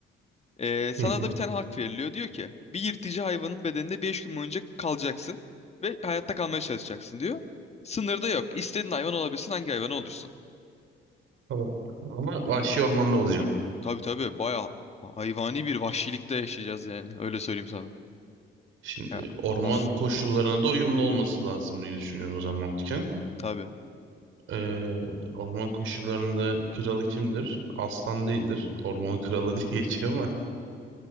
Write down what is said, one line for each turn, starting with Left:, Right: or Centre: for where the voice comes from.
Left: Ee, sana
Right: Hı hı.
Left: da bir tane hak veriliyor. Diyor ki bir yırtıcı hayvanın bedeninde 5 gün boyunca kalacaksın. Ve hayatta kalmaya çalışacaksın diyor. Sınırda yok. İstediğin hayvan olabilirsin. Hangi hayvan olursun?
Right: Tamam. Ama vahşi ormanda olacağım.
Left: Tabii tabii bayağı hayvani bir vahşilikte yaşayacağız yani. Öyle söyleyeyim sana.
Right: Şimdi
Left: Ya,
Right: orman
Left: of
Right: koşullarına da uyumlu olması lazım diye düşünüyorum o zaman mantıken.
Left: tabii.
Right: Ee, orman koşullarında kralı kimdir? Aslan değildir. Ormanın kralı <laughs> diye geçiyor ama